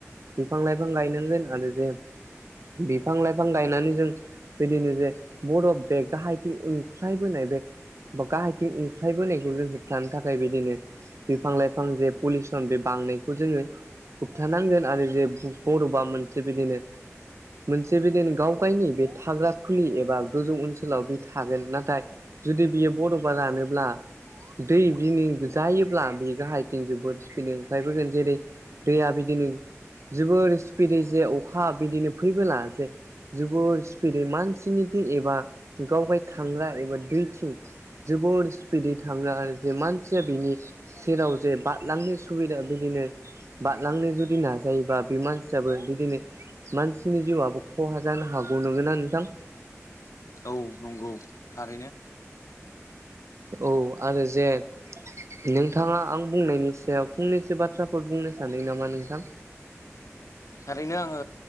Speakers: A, on the right (about 65°); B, on the left (about 75°).
A: बिफां लाइफां गायनांगोन आरो जे बिफां लाइफां गायनानै जों बिदिनो जे बर'फ बे गाहायथिं ओंख्लायबोनाय बे बा गाहायथिं ओंख्लायबोनायखौ जों होबथानो थाखाय बिदिनो बिफां लाइफां जे पलिउसन बे बांनायखौ जोंङो होबथानांगोन आरो जे बर'बा मोनसे बिदिनो मोनसे बिदिनो गाव गायनि बे थाग्रा फुलि एबा गोजौ ओनसोलाव बे थागोन नाथाय जुदि बियो बर'फा रानोब्ला दै बिनि जायोब्ला बे गाहायथिं जोबोद स्पिड ओंखायबोगोन जेरै दैया बिदिनो जोबोर स्पिदै जे अखा बिदिनो फैबोला जे जोबोर स्पिदै मानसिनिथिं एबा गावगाय थांग्रा एबा दैथिं जोबद स्पिदै थाङो आरो जे मान सिया बेनि सेराव जे बादलांनो सुबिदा बिदिनो बादलांनो जुदि नाजायोबा बे मानसियाबो बिदिनो मानसिनि जिउआबो खहा जानो हागौ नंगौना नोंथां।
B: औ नंगौ थारैनो।
A: औ आरो जे नोंथाङा आं बुंनायनि सायाव फंनैसो बाथ्राफोर बुंनो सादों नामा नोंथां?
B: थारैनो आङो